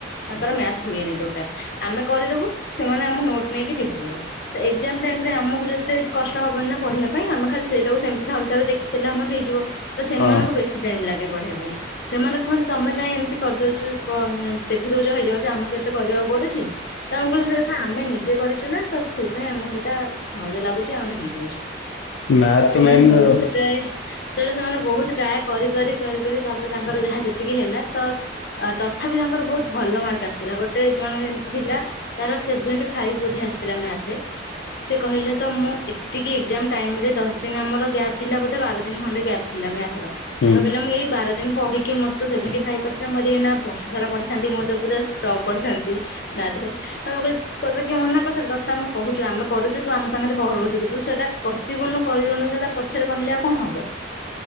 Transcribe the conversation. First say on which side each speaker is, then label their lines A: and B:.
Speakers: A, on the left (about 55°); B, on the left (about 80°).
A: ତାଙ୍କର ମ୍ୟାଥ୍ ହୁଏନି ଟୋଟାଲ୍। ଆମେ କରିଦେବୁ ସେମାନେ ଆମ ନୋଟ୍ ନେଇକି ଟିପିଦେବେ। ତ ଏକ୍ଜାମ୍ ଟାଇମ୍ ରେ ଆମକୁ ଯେତେ କଷ୍ଟ ହବନି ନା ପଢିବା ପାଇଁ, ଆମେ ଖାଲି ସେଇଟାକୁ ସେମିତି ଥରେ ଥରେ ଦେଖିଦେଲେ ଆମର ହେଇଯିବ। ତ ସେମାନଙ୍କୁ
B: ହଁ
A: ବେଶୀ ଟାଇମ୍ ଲାଗେ ପଢିବା ପାଇଁ। ସେମାନେ କୁହନ୍ତି ତମେ କାଇଁ ଏମିତି କରିଦଉଚୁ କ ଦେଖିଦଉ ଚ ହେଇଯାଉଚି। ଆମକୁ କେତେ କରିବାକୁ ପଡୁଚି। ତ ଆମେ କହିଲୁ ସେ କଥା ଆମେ ନିଜେ କରିଚୁ ନା ତ ସେଇଥିପାଇଁ ଆମକୁ ସେଟା ସହଜ ଲାଗୁଚି ଆମର ହେଇଯାଉଚି।
B: ମ୍ୟାଥ୍
A: ସେମାନେ
B: ତ ମେନ୍
A: ବହୁତ
B: ହୁଁ
A: ଟ୍ରାଏ ସେଟା ସେମାନେ ବହୁତ ଟ୍ରାଏ କରି କରି କରି କରି ତାପରେ ତାଙ୍କର ଯାହା ଯେତିକି ହେଲା ତ ତଥାପି ତାଙ୍କର ବହୁତ ଭଲ ମାର୍କ ଆସିଥିଲା। ଗୋଟେ ଜଣେ ଏମିତି ଥିଲା ତାର ସେଭେନଟି ଫାଇପ୍ ବୋଧେ ଆସିଥିଲା ମ୍ୟାଥରେ। ସେ କହିଲେ ତ ମୁଁ ଏତିକି ଏଜ୍ଜାମ ଟାଇମରେ ଦଶ ଦିନ ଆମର ଗ୍ୟାପ୍ ଥିଲା ବୋଧେ ବାର ଦିନ ଖଣ୍ଡେ ଗ୍ୟାପ୍ ଥିଲା ମ୍ୟାଥର।
B: ହୁଁ।
A: ତ କହିଲା ମୁଁ ଏଇ ବାର ଦିନ ପଢିକି ମୋରତ ସେଭନଟି ଫାଇପ୍ ଆସିଲା ମୁଁ ଯଦି ଏଇନା ବର୍ଷ ସାରା ପଢିଥାନ୍ତି ମୁଁ ତ ପୁରା ଟପ୍ କରିଥାନ୍ତି। ମ୍ୟାଥରେ। ଆମେ କହିଲୁ ତତେ କିଏ ମନା କରିଥିଲା ତତେ ତ ଆମେ କହୁଚୁ ତୁ ଆମ ସାଙ୍ଗରେ କର ବସିକି ତୁ। ସେଇଟା କସିବୁନୁ କରିବୁନୁ ସେଇଟା ପଛରେ କହିଲେ ଆଉ କଣ ହବ।